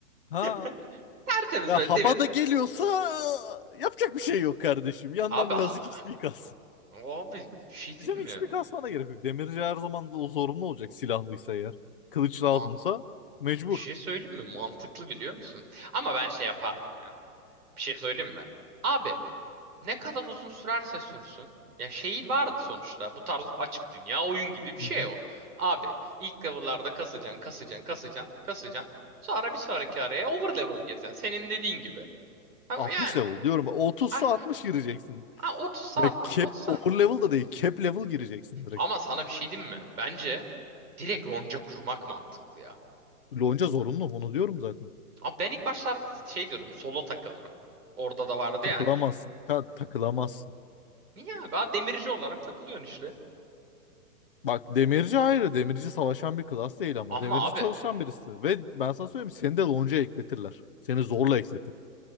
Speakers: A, on the left; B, on the right.
A: Ha
B: <laughs> Tertemiz
A: Ya
B: böyle
A: Habada
B: demir.
A: geliyorsa e, yapacak bir şey yok kardeşim. Yandan
B: Abi
A: birazcık
B: ha-
A: XP kas.
B: abi bir şey
A: Diyeceğim
B: değil
A: XP
B: mi?
A: kasmana gerek yok. Demirci her zaman da o zorunlu olacak silahlıysa eğer. Kılıç
B: Ma
A: lazımsa mecbur.
B: bir şey söyleyeyim mi? Mantıklı biliyor musun? Ama ben şey yapardım ya. Bir şey söyleyeyim mi? Abi Ne kadar uzun sürerse sürsün. Ya şehir vardı sonuçta. Bu tarz açık dünya oyun gibi bir şey
A: Hı hı.
B: o. Abi ilk level'larda kasacaksın, kasacaksın, kasacaksın, kasacaksın. Sonra bir sonraki araya over level gireceksin. Senin dediğin gibi. Ama
A: 60
B: yani
A: level diyorum. Otuzsa
B: ah,
A: 60 gireceksin.
B: ah, 30 saatmiş,
A: Ya cap
B: 30 saatmiş.
A: over level da değil. Cap level gireceksin direkt.
B: Ama sana bir şey diyeyim mi? Bence direkt lonca kurmak mantıklı ya.
A: Lonca zorunlu onu diyorum zaten.
B: Abi ben ilk başlarda şey diyordum, solo takılırım. Orada da vardı
A: Takılamazsın.
B: yani.
A: Ta- takılamazsın.
B: Niye abi? Ha, demirci olarak takılıyorsun işte.
A: Bak demirci ayrı. Demirci savaşan bir klas değil ama.
B: Ama
A: Demirci
B: abi
A: çalışan birisi. Ve ben sana söyleyeyim seni de lonca ekletirler. Seni zorla ekletirler.